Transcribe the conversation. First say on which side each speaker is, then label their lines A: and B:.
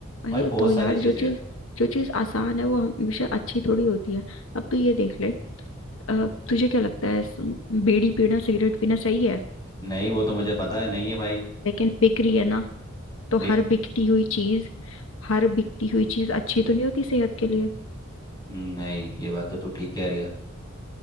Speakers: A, on the left; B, on the left.
A: वही
B: भाई बहुत
A: तो
B: सारी
A: यार
B: चीजें
A: जो चीज
B: हैं
A: जो चीज आसान है वो हमेशा अच्छी थोड़ी होती है अब तू ये देख ले अ, तुझे क्या लगता है इस- बीड़ी पीना सिगरेट पीना सही है
B: नहीं वो तो मुझे पता है नहीं है भाई
A: लेकिन बिक रही है ना तो
B: बिग
A: हर बिकती हुई चीज हर बिकती हुई चीज अच्छी तो नहीं होती सेहत के लिए
B: नहीं ये बात तो तू ठीक कह रही है